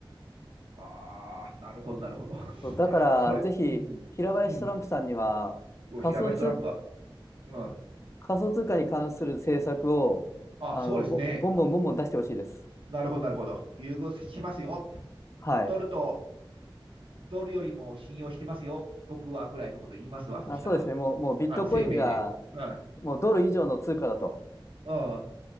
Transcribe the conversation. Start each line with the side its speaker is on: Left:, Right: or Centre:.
Right: ああ、なるほど、なるほど。<laughs>
Left: そうだから、
Right: それ、
Left: ぜひ、
Right: うん。
Left: 平林トランプさんには、
Right: うん。そう平林トランプは
Left: 仮想通、
Right: うん。
Left: 仮想通貨に関する政策を、
Right: あ、
Left: あの、
Right: そうですね。
Left: ぼボンボンボンボン出してほしいです。
Right: なるほど、なるほど。優遇しますよって。
Left: はい。
Right: ドルと、ドルよりも信用してますよ。僕はぐらいのこと言いますわ。そしたら、
Left: あ、そうですね。もう、もうビットコインが、
Right: あの、声明で。うん。
Left: もうドル以上の通貨だと。
Right: うん。